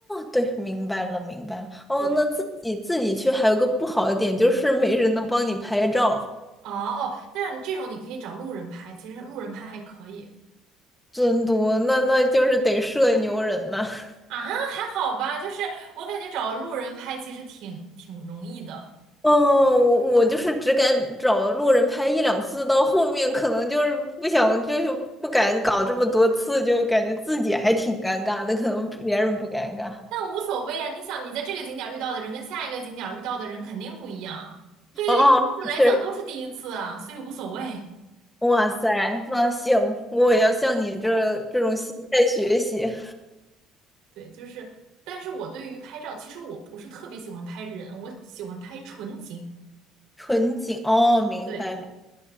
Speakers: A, in the centre; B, on the right (about 70°).
A: 对，明白了，明白了。哦，
B: 对，
A: 那自己自己去还有个不好的点，就是没人能帮你拍照。
B: 哦哦，但是这种你可以找路人拍，其实路人拍还可以
A: 尊多，那那就是得社牛人呐。<laughs>
B: 啊，还好吧，就是我感觉找路人拍其实挺挺容易的。
A: 哦，我我就是只敢找路人拍一两次，到后面可能就是不想，就是不敢搞这么多次，就感觉自己还挺尴尬的，可能别人不尴尬。
B: 但无所谓啊，你想你在这个景点儿遇到的人跟下一个景点儿遇到的人肯定不一样，对于他们来讲都是第一次啊，
A: 哦，那确实，
B: 所以无所谓。
A: 哇塞，那行，我也要向你这这种心态学习。
B: 对，就是，但是我对于拍照，其实我不是特别喜欢拍人，我喜欢拍纯景。
A: 纯景，哦，明白明白。
B: 对，